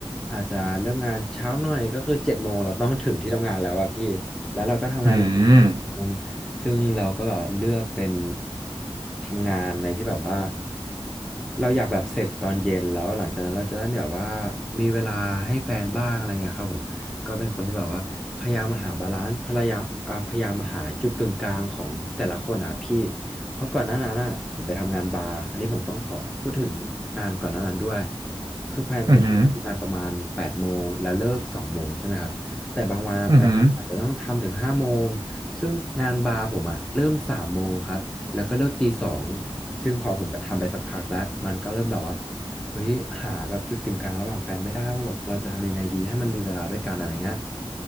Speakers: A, in the centre; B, on the right.
A: อาจจะเริ่มงานเช้าหน่อยก็คือเจ็ดโมงเราต้องถึงที่ทำงานแล้วอะพี่แล้วเราก็ทำงานจนถึงสองโมง
B: อืม
A: ซึ่งเราก็แบบเลือกเป็นทำงานในที่แบบว่าเราอยากแบบเสร็จตอนเย็นแล้วหลังจากนั้นเราจะได้แบบว่ามีเวลาให้แฟนบ้างอะไรเงี้ยครับผม ก็เป็นคนที่แบบว่าพยายามหาบาลานซ์พยายามอ่าพยายามหาจุดกึ่งกลางของแต่ละคนอ่ะพี่เพราะก่อนหน้านั้นอ่ะผมไปทำงานบาร์อันนี้ผมต้องขอพูดถึงงานก่อนหน้านั้นด้วยคือแฟนผมทำงานประมาณแปดโมงแล้วเลิกสองโมงใช่ไหมครับแต่บางวันอะแฟนผมอาจจะต้องทำถึงห้าโมง
B: อืมอหืมออืมอ
A: ซึ่งงานบาร์ผมอ่ะเริ่มสามโมงครับแล้วก็เลิกตีสองซึ่งพอผมไปทำไปสักพักแล้วมันก็เริ่มแบบว่า เฮ้ยหาแบบจุดกึ่งกลางระหว่างแฟนไม่ได้ว่าแบบเราจะทำยังไงดีให้มันมีเวลาด้วยกันอะไรเงี้ย